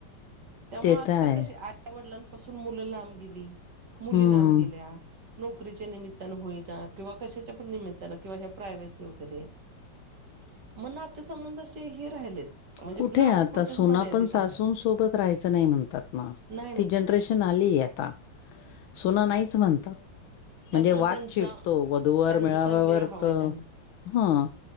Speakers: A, on the right (about 60°); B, on the left (about 90°).
A: त्यामुलं
B: ते
A: आजकाल
B: तर आहे.
A: कशे आय वडलांनपासून मुलं लांब गेली मुली
B: हम्म.
A: लांब गेल्या. नोकरीच्या निमित्तानं होईटा किंवा कशाच्या पण निमित्तानं किंवा ह्या प्रायवेसी हो. <unintelligible> मनात. त संबंध असे हे राहिलेत म्हणजे
B: कुठे
A: नावापुरतेच
B: आता सुना
A: मर्यादित
B: पण सासूंसोबत
A: आहेत.
B: राहायचं नाही म्हणतात ना.
A: नाही नाही.
B: ती जनरेशन आली हे आता सुना नाहीच म्हणतात.
A: त्यांना
B: म्हणजे वाद
A: त्यांचा
B: छिडतो वधूवर
A: त्यांचा
B: मेळाव्यावर
A: वेळ हवाय
B: त
A: त्यांना
B: ह.